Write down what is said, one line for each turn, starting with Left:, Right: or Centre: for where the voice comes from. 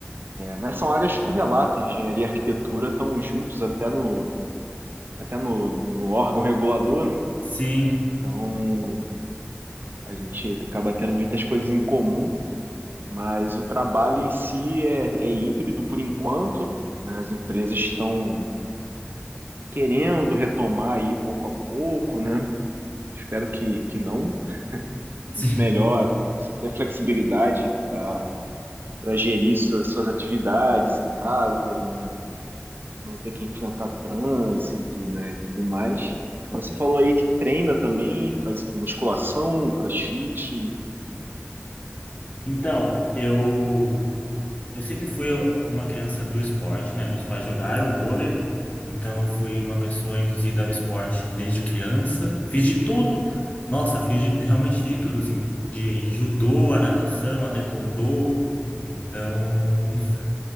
Right: Mas são áreas correlatas, engenharia e arquitetura estão juntos até no, até no, no órgão regulador, né?
Left: sim,
Right: Então a gente acaba tendo muitas coisas em comum, mas o trabalho em si é, é híbrido por enquanto, né? As empresas estão querendo retomar aí pouco a pouco, né? Espero que, que não.
Left: <laughs> sim.
Right: Muito melhor você ter flexibilidade para para gerir suas, suas atividades em casa, não, não ter que enfrentar trânsito, né, e tudo mais. Mas você falou aí que treina também, faz o quê? musculação, crossfit,
Left: Então, eu Eu sempre fui uma criança do esporte, né? Meus pais jogaram vôlei, então eu fui uma pessoa induzida ao esporte desde criança. Fiz de tudo. Nossa, fiz de- realmente de tudo, assim, de judô, a natação, a taekwondo. Então, <laughs>